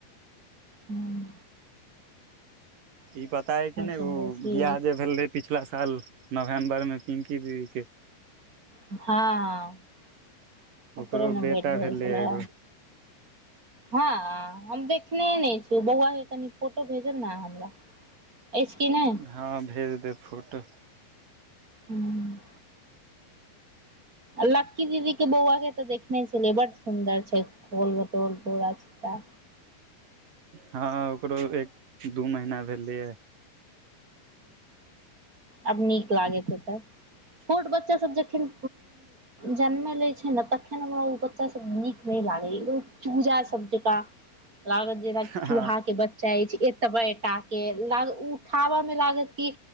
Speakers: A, on the right (about 20°); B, on the right (about 65°).
A: हुॅं
B: ई पता है कि नै
A: चिन्हबै
B: उ
A: की
B: बियाह जे भेल रहै पिछला साल नवम्बरमे पिंकी दीदीके
A: हँ <unintelligible>
B: ओकरो
A: मे
B: बेटा
A: भेट भेल
B: भेलै
A: छले
B: एगो
A: हँ हम देखने नै छी बौआ के कनि फोटो भेजब नऽ आहाॅं हमरा अछि की नै
B: हँ भेज देब फोटो
A: हूँ आ लकी दीदी के बौआ के ते देखने छलियै बड सुंदर छै खोल बटोल गोरा छोटा
B: हँ ओकरो एक दू महीना भेलियै
A: आब नीक लागेतऽ हेते छोर्ट बच्चासभ जखन जन्मलै छै ने तखन हमरा ओ बच्चाभ नीक नै लागै य ओ चूजा सब जका
B: <inaudible>
A: लागत जेनाकि चूहा
B: हँ
A: के बच्चा अछि एतबेटा के ला उठाबऽ मे लागत कि